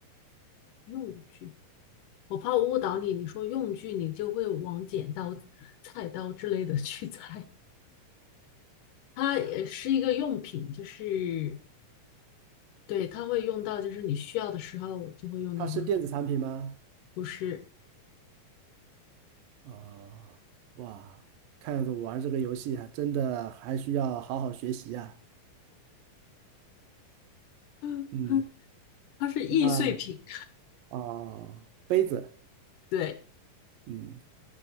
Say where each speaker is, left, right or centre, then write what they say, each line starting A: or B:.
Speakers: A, on the left; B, on the right.
A: 用具。我怕我误导你，你说用具，你就会往剪刀、菜刀之类的去 <laughs> 猜。它也是一个用品，就是对，它会用到，就是你需要的时候就会用到它，
B: 它是电子产品吗？
A: 不是，
B: 啊，哇，看样子玩这个游戏还真的还需要好好学习呀。
A: 嗯嗯
B: 嗯，
A: 它是易碎品，
B: 那啊，杯子，
A: 对，
B: 嗯，